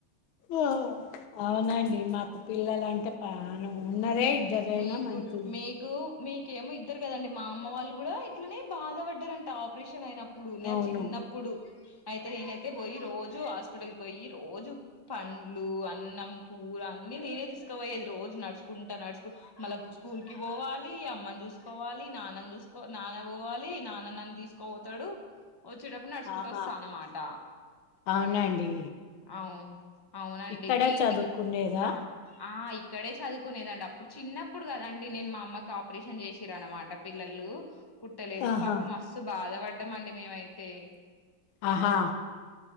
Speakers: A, on the left (about 70°); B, on the left (about 15°).
A: ఓ అవునండి మా పిల్లలు అంటే పా మనం ఉన్నదే ఇద్దరైనా
B: మీకు
A: మన తు
B: మీకు మీకేమో ఇద్దరు కదండి మా అమ్మ వాళ్ళు కూడా ఇట్లనే బాధపడ్డారంట ఆపరేషన్ అయినప్ ప్పుడు నా
A: అవును.
B: చిన్నప్పుడు అయితే నేనైతే బోయి రోజు హాస్పిటల్కి బోయి రోజు పండ్లు అన్నం కూర అన్నీ నేనే తీసుకుపోయేది రోజు నడుచు కుంటానడుసు మళ్ళా స్కూల్ కి ఒవాలి అమ్మని జూసుకోవాలి నాన్నని జూసుకో నాన్న పోవాలి నాన్న నన్ను తీసుకోఒతడు వచ్చేటప్పుడు నడుచుకుంటూ
A: ఆహా!
B: వస్తానన్నమాట
A: అవునండి.
B: అవు అవునండి
A: ఇక్కడ
B: మీ ఇంటికి
A: చదువుకునేదా?
B: ఆ ఆ కడే చదు కునేదండి అప్పుడు చిన్నప్పుడు కదండి నేను మా అమ్మకి ఆపరేషన్ చేసిర అన్నమాట పిల్లలు పుట్టలేరు
A: ఆహా!
B: పాప మస్తు బాధ వడ్ ఇద్దమండి మేమైతే
A: ఆహా